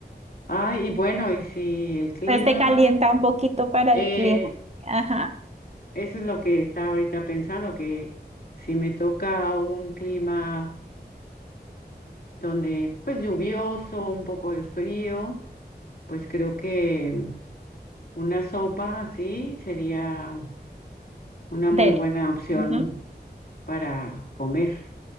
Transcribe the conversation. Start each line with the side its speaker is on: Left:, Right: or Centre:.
Left: Ay, y bueno, y si el clima,
Right: Entonces te calienta un poquito para
Left: eh,
Right: el clima, ajá,
Left: eso es lo que estaba ahorita pensando, que si me toca un clima donde pues lluvioso, un poco de frío, pues creo que una sopa así sería una muy
Right: dele.
Left: buena opción
Right: Ujú,
Left: para comer.